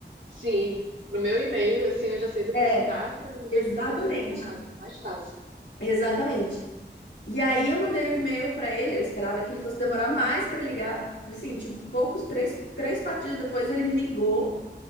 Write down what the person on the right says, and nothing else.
Sim. Pro meu e-mail, assim, eu já sei do
que se trata e já
fica mais direcionado, mais fácil.